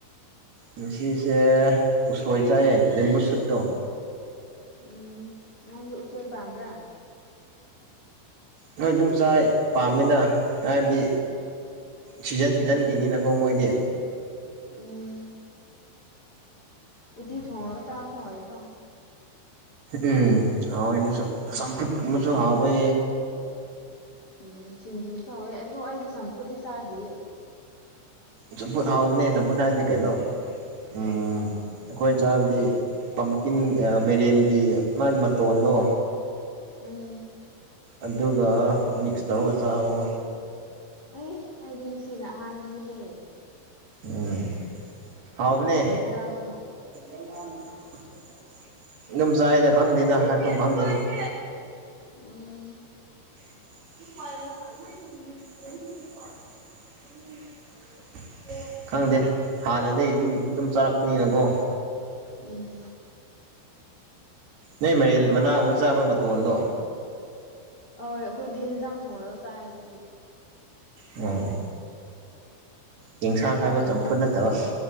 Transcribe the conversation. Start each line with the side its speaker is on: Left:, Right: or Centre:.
Right: ꯉꯁꯤꯁꯦ ꯎꯁꯣꯏ ꯆꯥꯌꯦ ꯂꯦꯝꯕꯨꯨ ꯁꯨꯠꯇꯣ
Left: ꯎꯝ ꯅꯪꯖꯨ ꯎꯁꯣꯏ ꯄꯥꯝꯕ꯭ꯔꯥ
Right: ꯅꯣꯏ ꯑꯗꯨꯝ ꯆꯥꯏ ꯄꯥꯝꯃꯤꯅ ꯍꯥꯏꯕꯗꯤ ꯁꯤꯖꯟ ꯁꯤꯖꯟꯒꯤꯅꯤꯅ
Left: ꯎꯝ
Right: ꯀꯣ ꯃꯣꯏꯗꯤ
Left: ꯎꯝ ꯎꯠꯇꯤ ꯊꯣꯡꯉꯒ ꯆꯥꯕꯁꯨ ꯍꯥꯎꯋꯤꯀꯣ
Right: ꯎꯝ ꯍꯥꯎꯋꯦ ꯑꯗꯨꯁꯨ ꯆꯝꯐꯨꯠ ꯀꯨꯝꯕꯁꯨ
Left: ꯎꯝ
Right: ꯍꯥꯎꯋꯦ
Left: ꯎꯝ ꯁꯤꯡꯖꯨꯁꯨ ꯍꯥꯎꯋꯦ ꯑꯗꯣ ꯑꯩꯗꯤ ꯆꯝꯐꯨꯠꯗꯤ ꯆꯥꯗꯤꯌꯦ
Right: ꯆꯝꯐꯨꯠ ꯍꯥꯎꯕꯅꯦ ꯆꯝꯐꯨꯠ ꯍꯥꯏꯔꯗꯤ ꯀꯩꯅꯣ ꯎꯝ ꯑꯩꯈꯣꯏ ꯆꯥꯕꯗꯤ ꯄꯝꯀꯤꯟ ꯑꯥ ꯃꯦꯔꯦꯟꯒꯤ ꯃꯥꯒꯤ ꯃꯇꯣꯟꯗꯣ
Left: ꯎꯝ
Right: ꯑꯗꯨꯒ ꯃꯤꯛꯁ ꯇꯧꯔꯒ ꯆꯥꯕꯀꯣ
Left: ꯑꯩ ꯑꯩꯗꯤ ꯉꯁꯤꯅ ꯑꯍꯥꯟꯕꯅꯤꯍꯦ
Right: ꯎꯝ ꯍꯥꯎꯕꯅꯦ
Left: ꯀꯃꯥꯏ ꯆꯥꯕꯅꯣ
Right: <inaudible> ꯑꯗꯨꯝ ꯆꯥꯏꯗ ꯈꯪꯗꯦꯗ ꯍꯥꯏꯐꯝ ꯈꯪꯗꯦꯗ
Left: ꯎꯝ
Right: <unintelligible> ꯈꯪꯗꯦ ꯍꯥꯟꯅꯗꯩ ꯑꯗꯨꯝ ꯑꯗꯨꯝ ꯆꯥꯔꯛꯄꯅꯤꯅꯀꯣ
Left: ꯎꯝ
Right: ꯅꯣꯏ ꯃꯥꯏꯔꯦꯟ ꯃꯅꯥꯒꯨꯝꯕ ꯆꯥꯕ꯭ꯔꯥ ꯃꯇꯣꯟꯗꯣ
Left: ꯑꯥ ꯑꯩꯈꯣꯏꯗꯤ ꯍꯤꯟꯖꯥꯡ ꯊꯣꯡꯔꯒ ꯆꯥꯏ ꯑꯗꯨꯗꯤ
Right: ꯑꯣ ꯌꯦꯟꯁꯥꯡ
Left: ꯅꯣꯏ ꯆꯥꯗꯕ꯭ꯔꯥ
Right: ꯍꯥꯏꯕ ꯆꯝꯐꯨꯠ ꯅꯠꯇꯕ